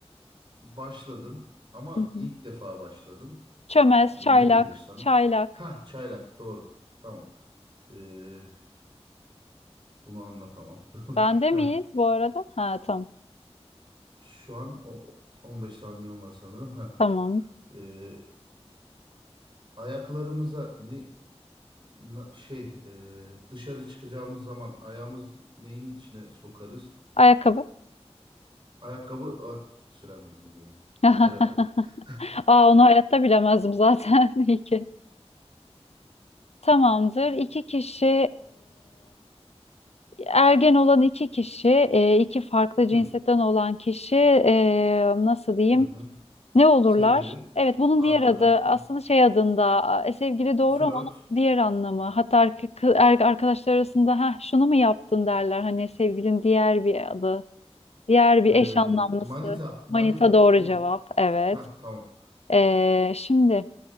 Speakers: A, on the right; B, on the left.
A: başladın ama
B: Hı hı.
A: ilk defa başladın.
B: Çömez,
A: Ne
B: çaylak,
A: denir sana?
B: çaylak.
A: Ha çaylak doğru. Tamam. Eee, bunu anlatamam.
B: Bende
A: <laughs> Heh,
B: miyiz bu arada? Ha tamam.
A: şu an o, 15 saniyem var sanırım. Ha.
B: Tamam.
A: Eee, ayaklarımıza ne na- şey e, dışarı çıkacağımız zaman ayağımız neyin içine sokarız?
B: Ayakkabı.
A: Ayakkabı ah, sürem yetmedi ya.
B: <laughs>
A: Kerataydı. <laughs>
B: Aa onu hayatta bilemezdim zaten. <laughs> İyi ki. Tamamdır. İki kişi Ergen olan iki kişi, e, iki farklı cinsetten
A: Hı,
B: olan kişi e, nasıl diyeyim?
A: hı hı.
B: Ne olurlar?
A: Sevgili,
B: Evet, bunun
A: arkadaş,
B: diğer adı aslında
A: ha.
B: şey adında e, sevgili doğru
A: flört,
B: ama onun diğer anlamı. Hatta erke- kı- er- arkadaşlar arasında ha şunu mu yaptın derler. Hani sevgilin diğer bir adı, diğer bir
A: e,
B: eş anlamlısı.
A: manita, manita
B: Manita doğru
A: mı?
B: cevap. Evet.
A: Ha tamam.
B: E, şimdi